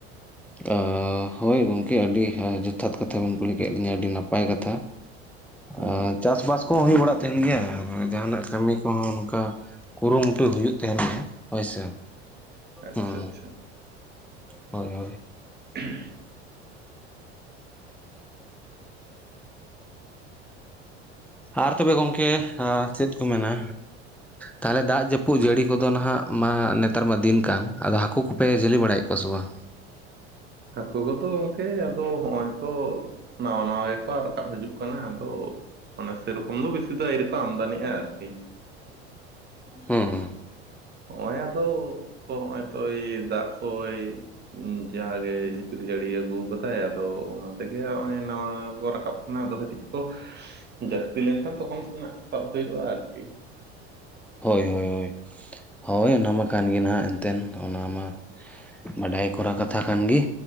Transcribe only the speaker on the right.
ᱦᱮᱸ
ᱟᱪᱪᱷᱟ
ᱟᱪᱪᱷᱟ
<unintelligible>
ᱦᱟᱹᱠᱩ ᱠᱚᱫᱚ ᱜᱚᱝᱠᱮ ᱟᱫᱚ ᱦᱚᱜᱼᱚᱭ ᱛᱚ ᱱᱟᱣᱟ ᱱᱟᱣᱟ ᱜᱮᱠᱚ ᱨᱟᱠᱟᱵ ᱦᱤᱡᱩᱜ ᱠᱟᱱᱟ ᱟᱫᱚ ᱚᱱᱮ ᱥᱮᱨᱚᱠᱚᱢ ᱫᱚ ᱵᱮᱥᱤ ᱫᱚ ᱟᱣᱨᱤᱠᱚ ᱟᱢᱫᱟᱱᱤᱼᱟ ᱟᱨᱠᱤ
ᱦᱚᱜ-ᱚᱭ ᱟᱫᱚ ᱠᱚ ᱦᱚᱜᱼᱚᱭ ᱛᱚᱭ ᱫᱟᱜ ᱠᱚᱭ ᱡᱟᱦᱟᱸᱜᱮ ᱡᱷᱤᱯᱲ ᱡᱟᱹᱲᱤ ᱟᱹᱜᱩ ᱠᱟᱫᱟᱭ ᱟᱫᱚ ᱚᱱᱟ ᱛᱮᱜᱮ ᱱᱚᱜ-ᱚᱭ ᱱᱟᱣᱭᱟ ᱠᱚ ᱨᱟᱠᱟᱵ ᱠᱟᱱᱟ ᱟᱫᱚ ᱠᱟᱹᱴᱤᱡ ᱡᱟᱹᱥᱛᱤ ᱞᱮᱱᱠᱷᱟᱱ ᱛᱚᱠᱷᱚᱱ ᱱᱟᱜ ᱥᱟᱵ ᱦᱩᱭᱩᱜᱼᱟ ᱟᱨᱠᱤ